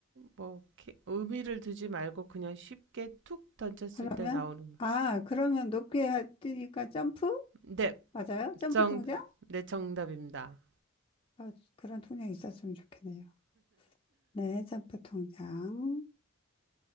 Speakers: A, on the right; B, on the left.
A: 뭐, 게- 의미를 두지 말고 그냥 쉽게 툭 던졌을
B: 그러면,
A: 때 나오는. 말.
B: 아, 그러면 높게 하- 뛰니까 점프?
A: 네,
B: 맞아요? 점프
A: 정,
B: 통장?
A: 네, 정답입니다.
B: 아, 그런 통장이 있었으면 좋겠네요. 네, 점프 통장.